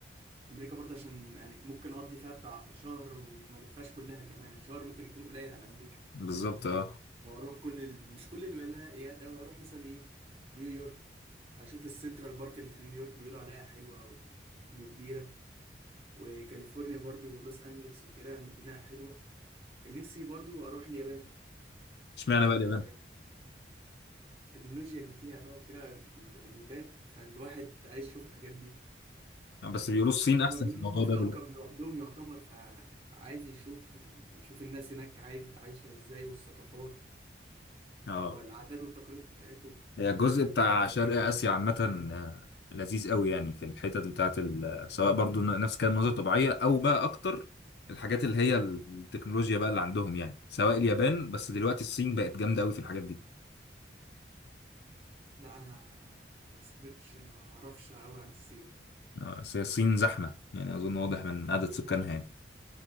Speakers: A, on the right; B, on the left.
A: امريكا برضه عشان يعني ممكن اقضي فيها بتاع شهر وما لفاش كلها كمان يعني شهر ممكن يكون قليل على امريكا
B: بالظبط اه
A: لو اروح كل ال... مش كل الولايات او اروح مثلا ايه نيويورك اشوف السنترال بارك اللي في نيويورك بيقولوا عليها حلوه و... وكبيره وكاليفورنيا برضو لوس انجلس وكده مدينه حلوه كان نفسي برضو اروح اليابان
B: اشمعنى
A: عشان
B: بقى اليابان
A: التكنولوجيا اللي فيها بقى وكده الروبوتات فالواحد عايز يشوف الحاجات دي
B: بس بيقولوا الصين
A: وهما
B: احسن
A: بيقولوا
B: في الموضوع
A: ان هما في
B: ده
A: كوكب
B: دلوقتي
A: لوحدهم يعتبر فعايز يشوفهم يشوف الناس هناك عايز عايشة ازاي والثقافات
B: اه
A: والعادات والتقاليد بتاعتهم
B: هي الجزء بتاع شرق آسيا عامة آه، لذيذ قوي يعني في الحتت بتاعت ال- سواء برضو ن- نفس كان مناظر طبيعية أو بقى أكتر الحاجات اللي هي التكنولوجيا بقى اللي عندهم يعني سواء اليابان بس دلوقتي الصين بقت جامدة قوي في الحاجات دي
A: لا انا ما سافرتش ما اعرفش قوي عن الصين
B: آه، بس هي الصين زحمة يعني أظن واضح من عدد سكانها يعني